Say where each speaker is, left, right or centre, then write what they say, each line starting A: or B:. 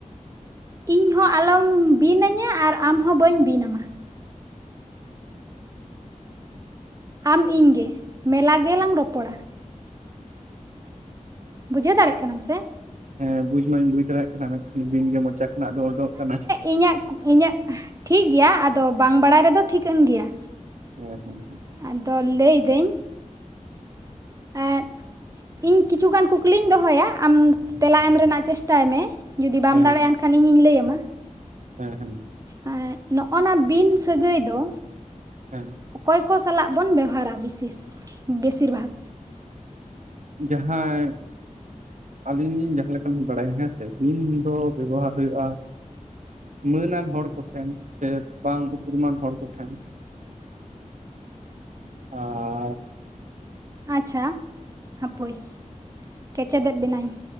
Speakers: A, on the right (about 25°); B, on the right (about 65°).
A: ᱤᱧ ᱦᱚᱸ ᱟᱞᱚᱢ ᱵᱤᱱ ᱟᱹᱧᱟ ᱟᱨ ᱟᱢ ᱦᱚᱸ ᱵᱟᱹᱧ ᱵᱤᱱ ᱟᱢᱟ ᱟᱢ ᱤᱧ ᱜᱮ ᱢᱮᱞᱟ ᱜᱮᱞᱟᱝ ᱨᱚᱯᱚᱲᱟ ᱵᱩᱡᱷᱟᱹᱣ ᱫᱟᱲᱮᱜ ᱠᱟᱱᱟᱢ ᱥᱮ
B: ᱦᱮᱸ ᱵᱩᱡᱽ ᱢᱟᱧ ᱵᱩᱡᱽ ᱫᱟᱲᱮᱭᱟᱜ ᱠᱟᱱᱟ ᱢᱮᱱᱠᱷᱟᱱ ᱵᱤᱱ ᱜᱮ ᱢᱚᱪᱟ ᱠᱷᱚᱱᱟᱜ ᱫᱚ ᱳᱰᱳᱝᱚᱜ ᱠᱟᱱᱟ
A: ᱤᱧᱟᱜ ᱠᱩ ᱤᱧᱟᱹᱜ ᱴᱷᱤᱠ ᱜᱮᱭᱟ ᱟᱫᱚ ᱵᱟᱝ ᱵᱟᱲᱟᱭ ᱨᱮ ᱫᱚ ᱴᱷᱤᱠᱟᱹᱱ ᱜᱮᱭᱟ
B: ᱦᱮᱸ ᱦᱮᱸ ᱦᱮᱸ
A: ᱟᱫᱚ ᱞᱟᱹᱭ ᱫᱟᱹᱧ ᱮᱫ ᱤᱧ ᱠᱤᱪᱷᱩᱜᱟᱱ ᱠᱩᱠᱞᱤᱧ ᱫᱚᱦᱚᱭᱟ ᱟᱢ ᱛᱮᱞᱟ ᱮᱢ ᱨᱮᱱᱟᱜ ᱪᱮᱥᱴᱟᱭ ᱢᱮ ᱡᱩᱫᱤ ᱵᱟᱢ
B: ᱦᱮᱸ
A: ᱫᱟᱲᱮᱭᱟᱜ-ᱟ ᱮᱱ ᱠᱷᱟᱱ ᱤᱧᱤᱧ ᱞᱟᱹᱭ ᱟᱢᱟ ᱾
B: ᱦᱮᱸ ᱦᱮᱸ,
A: ᱦᱮᱸ ᱱᱚᱜ-ᱚᱱᱟ ᱵᱤᱱ ᱥᱟᱹᱜᱟᱹᱭ ᱫᱚ,
B: ᱦᱮᱸ
A: ᱚᱠᱚᱭ ᱠᱚ ᱥᱟᱞᱟᱜ ᱵᱚᱱ ᱵᱮᱣᱦᱟᱨᱟ ᱵᱤᱥᱮᱥ ᱵᱮᱥᱤᱨ ᱵᱷᱟᱜᱽ᱾
B: ᱡᱟᱦᱟᱸᱭ ᱟᱹᱞᱤᱧ ᱞᱤᱧ ᱡᱟᱦᱟᱸ ᱞᱮᱠᱟ ᱞᱤᱧ ᱵᱟᱲᱟᱭᱟ ᱦᱮᱸᱥᱮ ᱵᱤᱱ ᱫᱚ ᱵᱮᱵᱚᱦᱟᱨ ᱦᱩᱭᱩᱜ-ᱟ, ᱢᱟᱹᱱᱟᱱ ᱦᱚᱲ ᱠᱚ ᱴᱷᱮᱱ ᱥᱮ ᱵᱟᱝ ᱩᱯᱨᱩᱢᱟᱱ ᱦᱚᱲ ᱠᱚ ᱴᱷᱮᱱ ᱟᱨᱻ
A: ᱟᱪᱪᱷᱟ ᱦᱟᱯᱳᱭ ᱠᱮᱪᱮᱫᱮᱫ ᱵᱮᱱᱟᱹᱧ,